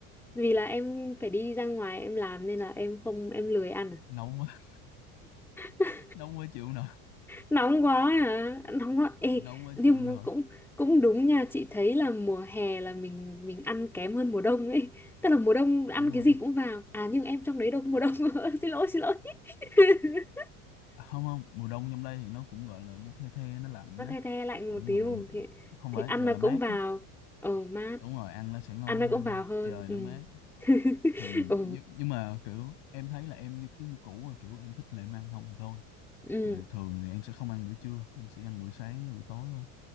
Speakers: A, in the centre; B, on the left.
A: vì là em phải đi ra ngoài em làm nên là em không em lười ăn
B: nấu quá
A: à? <laughs>
B: <laughs> nấu quá chịu nổi
A: nóng quá hả nóng quá ê
B: nóng quá
A: nhưng
B: chịu rồi
A: mà cũng cũng đúng nha chị thấy là mùa hè là mình mình ăn kém hơn mùa đông ấy tức là mùa đông ăn
B: đúng
A: cái
B: rồi
A: gì cũng vào à nhưng em trong đấy đâu có mùa đông <laughs> xin lỗi xin lỗi <laughs>
B: Ê, không không mùa đông trong đây thì nó cũng gọi là nó the the nó lạnh
A: nó
B: á
A: the the lạnh
B: cũng
A: một tí
B: gọi
A: đúng
B: là
A: không thì
B: không
A: thì
B: phải
A: ăn
B: gọi
A: nó
B: là mát
A: cũng vào
B: á
A: ồ mát
B: đúng rồi ăn nó sẽ ngon
A: ăn nó
B: hơn
A: cũng vào hơn
B: trời nó
A: ừ
B: mát
A: <laughs>
B: thì
A: ồ
B: nhưng nhưng mà kiểu em thấy là em như cứ như cũ à kiểu em thích là em ăn không thôi
A: ừ.
B: Mà thường thì em sẽ không ăn buổi trưa em sẽ ăn buổi sáng với buổi tối thôi